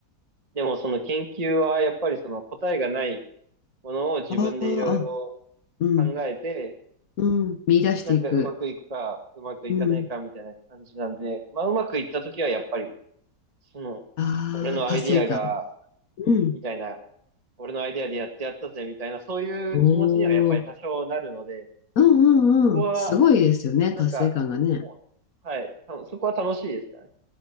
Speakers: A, on the right; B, on the left.
A: でもその研究はやっぱりその答えがないものを自分でいろいろ
B: ああ、あうん。
A: 考えて、
B: うん。見出していく。
A: なんかうまくいくか、うまくいかないかみたいな感じなんで、
B: うん。
A: まあうまくいった時はやっぱり、その、
B: ああ、
A: 俺のアイディアが、
B: 達成感。うん。
A: みたいな、俺のアイディアでやってやったぜみたいな、そういう気持ちにはやっぱり多少なるので、
B: おお、うんうんうん。
A: そこは、
B: すごいですよね、
A: なんか、
B: 達成感がね。
A: もう、はい、たそこは楽しいですかね。